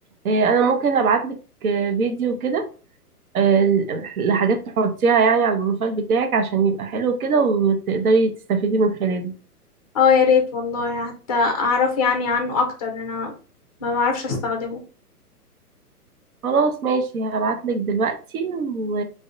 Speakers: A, on the right (about 65°); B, on the left (about 25°).
A: اه انا ممكن ابعت لك فيديو كده اه لحاجات تحطيها يعني على البروفايل بتاعك عشان يبقى حلو كده وتقدري تستفيدي من خلاله
B: اه يا ريت والله حتى اعرف يعني عنه اكتر لأن انا ما بعرفش استخدمه
A: خلاص ماشي هبعت لك دلوقتي و...